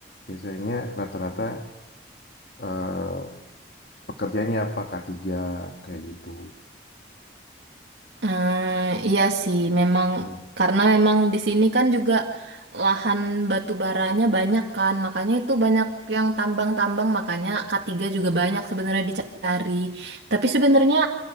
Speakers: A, on the left; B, on the right.
A: biasanya rata-rata eh, pekerjaannya apa k tiga kayak gitu.
B: Eh, iya sih, memang
A: Hmm.
B: karena memang di sini kan juga lahan batu baranya banyak kan, makanya itu banyak yang tambang-tambang, makanya K3 juga banyak sebenarnya dicari. Tapi sebenarnya